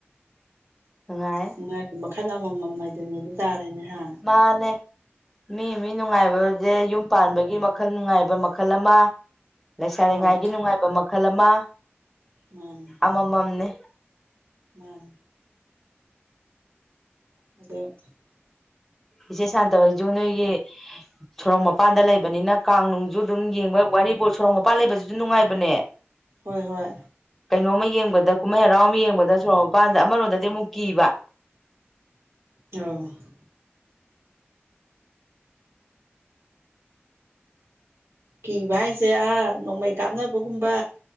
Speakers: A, in the centre; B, on the right.
A: ꯅꯨꯉꯥꯏ
B: ꯅꯨꯡꯉꯥꯏꯔꯤꯕ ꯃꯈꯜ ꯑꯃꯃꯝ ꯍꯥꯏꯗꯣꯏꯅꯤ ꯑꯗꯨ ꯇꯥꯔꯦꯅꯦ ꯍꯥ
A: ꯃꯥꯅꯦ ꯃꯤ ꯃꯤ ꯅꯨꯡꯉꯥꯏꯕꯁꯦ ꯌꯨꯝ ꯄꯥꯟꯕꯒꯤ ꯃꯈꯜ ꯅꯨꯡꯉꯥꯏꯕ ꯃꯈꯜ ꯑꯃ ꯂꯩꯁꯥꯔꯤꯉꯩꯒꯤ
B: ꯍꯣꯏ
A: ꯅꯨꯡꯉꯥꯏꯕ ꯃꯈꯜ ꯑꯃ
B: ꯃꯥꯅꯦ
A: ꯑꯃꯃꯝꯅꯤ
B: ꯃꯥꯅꯦ <unintelligible>
A: ꯏꯆꯦ ꯁꯥꯟꯇ ꯍꯣꯏꯖꯨ ꯅꯣꯏꯒꯤ ꯁꯣꯔꯣꯛ ꯃꯄꯥꯟꯗ ꯂꯩꯕꯅꯤꯅ ꯀꯥꯡꯅꯨꯡꯁꯨ ꯑꯗꯨꯝ ꯌꯦꯡꯕ ꯋꯥꯔꯤꯕꯣ ꯁꯣꯔꯣꯛ ꯃꯄꯥꯟ ꯂꯩꯕꯁꯤꯁꯨ ꯅꯨꯡꯉꯥꯏꯕꯅꯦ
B: ꯍꯣꯏ ꯍꯣꯏ
A: ꯀꯩꯅꯣꯝ ꯌꯦꯡꯕꯗ ꯀꯨꯝꯍꯩ ꯍꯔꯥꯎ ꯑꯃ ꯌꯦꯡꯕꯗ ꯁꯣꯔꯛꯃꯄꯥꯟꯗ ꯑꯃꯔꯣꯝꯗꯗꯤ ꯑꯃꯨꯛ ꯀꯤꯕ
B: <unintelligible> ꯀꯤꯕ ꯍꯥꯏꯁꯦ ꯑꯥ ꯅꯣꯡꯃꯩ ꯀꯥꯞꯅꯕꯒꯨꯝꯕ